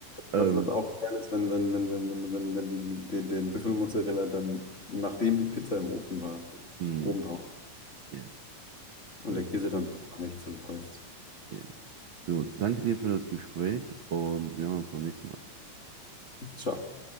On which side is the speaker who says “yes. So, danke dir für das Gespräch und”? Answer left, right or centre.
Right